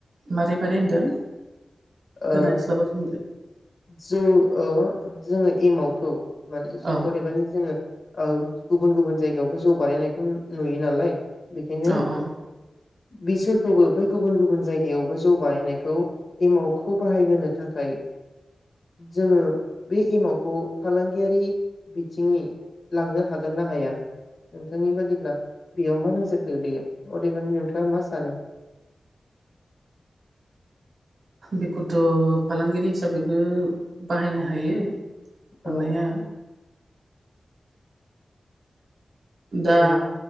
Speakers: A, on the right; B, on the left.
A: मारै मारै होनदों? खोनास्लाबासै
B: ओ जौ ओ जोङो एमावखौ माने
A: औ
B: अदेबानि जोङो। ओ गुबुन गुबुन जायगायावबो जौ बानायनायखौ नु नुयो नालाय। बेखायनो
A: औ औ
B: बिसोरखौबो बै गुबुन गुबुन जायगायावबो जौ बानायनायखौ एमाव खौ बाहायहोनो थाखाय जोङो बै एमावखौ फालांगियारि बिथिङै लांनो हागोन ना हाया नोंथांनि बादिब्ला बेयाव मा नोजोर गोग्लैयो अदेबानि नोंथाङा मा सानो?
A: बेखौथ' फालांगिरि हिसाबैबो बाहायनो हायो। हानाया
B: औ
A: दा
B: नंगौ